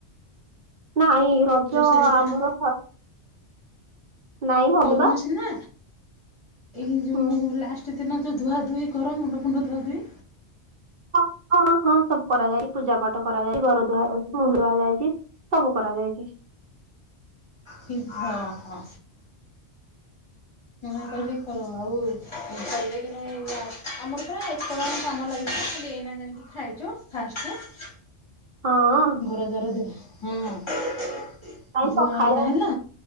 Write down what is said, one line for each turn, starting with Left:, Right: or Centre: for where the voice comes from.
Right: ନାଇଁ ରଜ
Left: ସେଲିବ୍ରେଟ୍
Right: ଆମର ନାଇଁ ହଉନି
Left: କରୁନ
Right: ବା
Left: ସିନା ଏଇ ଯୋଉ
Right: ହୁଁ।
Left: ଲାଷ୍ଟ ଦିନ ଯୋଉ ଧୁଆ ଧୁଇ ଘର ମୁଣ୍ଡ ଫୁଣ୍ଡ ଧୁଆ ଧୁଇ।
Right: ହ ହଁ ହଁ ସବୁ କରାଯାଇ ପୂଜା ପାଠ କରାଯାଇ ଘର ଧୁଆ ଯାଇଛି ମୁଁ ଧୁଆ ଯାଇଛି। ସବୁ କରାଯାଏ।
Left: କିନ୍ତୁ ଓହୋ। କ କହିଲେ କର ଆଉ କଲେ କି ନ ଏଇ ଆମର ପା ଏତେ ଜଣ କାମ ଲାଗିଥିଲା ଖାଲି ଏଇନା <unintelligible> ଖାଇଚୁ <unintelligible>
Right: ହଁ।
Left: ଘର ଦ୍ୱାର ଦ ହଁ।
Right: <unintelligible>
Left: ଧୁଆ
Right: ପଖାଳ
Left: ହେଇକା ହେଲା